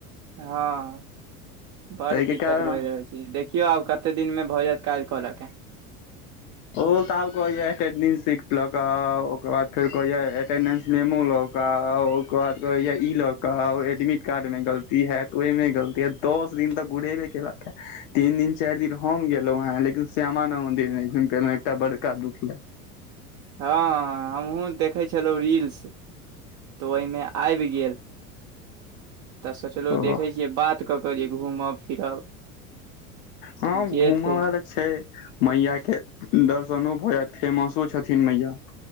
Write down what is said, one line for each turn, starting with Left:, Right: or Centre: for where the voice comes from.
Right: हँ <inaudible> बड़
Left: ताहिके
Right: दिक्कत
Left: कारण
Right: करे रहै छै देखियौ आब कते दिनमे भऽ जायत काज कऽ लऽ के
Left: ओ तऽ आब कहया एटेंडेंस सिट लऽ कऽ आउ ओकर बाद फेर कहया एटेंडेंस मेमो लाउ <unintelligible> ओकर बाद कहैय ई लऽ कऽ आउ एडमिट कार्ड में गलती हयत ओइ में गलती हत दस दिन तऽ घुरेबे केलक है तीन दिन चारि दिन हम गेलों हैं लेकिन श्यामा माय मंदिर नै घुम फेनो एकटा बड़का दुख यऽ
Right: हँ हमहुँ देखै छलौ रील्स तऽ ओइमे आइब गेल तऽ सोचलौ
Left: ओ
Right: देखै छियै बात कऽ कऽ जे घूमब फिरब
Left: हँ
Right: जे
Left: घूम
Right: छै
Left: वला तऽ छै मैया केँ दर्शनो भऽ जायत फेमसो छथिन मैया